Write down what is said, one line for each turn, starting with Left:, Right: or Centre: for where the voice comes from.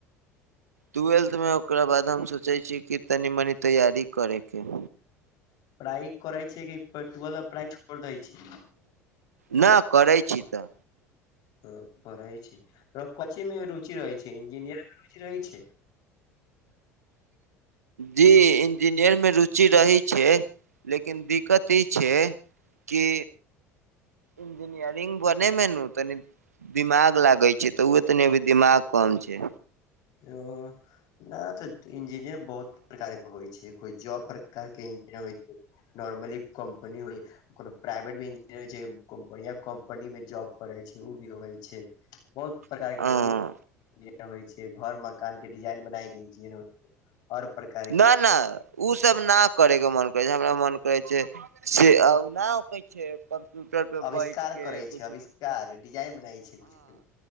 Right: ट्वेल्थमे ओकरा बाद हम सोचै छी कि तनी मनी तैयारी करैके
Left: प्राय करै छै कि फे टुएल्थ में प्राय छोड़ दै छै
Right: ना करै छी तऽ
Left: हं पढ़ै छी र कची मे रुचि रहै छै इंजीनियर मे रुचि रहै छै
Right: जी इंजीनियर मे रुचि रही छै लेकिन दिक्कत ई छै कि इंजीनियरिंग बने में नु तनी दिमाग लागै छै तऽ ओ तनी अभी दिमाग कम छै
Left: ओ ना तऽ इंजीनियरंग बहुत प्रकार के होइ छै कोई जॉब पर का के इंज होइ छइ नॉर्मली कम्पनी होइ कोनो प्राइवेट भी इंजीनियर हो छै, खुब बढ़िआ कंम्पनी मे जॉब करै छै, ओ भी होइ छै। बहुत प्रकार
Right: हँ
Left: के रूड जे होइ छै, घर- मकान के डिजाइन बनाय के इन्जी हर प्रकार।
Right: ना- ना। उ सब ना करे के मन करै छै, हमरा मन करै छै से नहि कहै छै। कम्प्यूटर पे
Left: अविष्कार
Right: बैठ के
Left: करै छै,
Right: कुछु
Left: अविष्कार डिजाइन बनाय छै किछ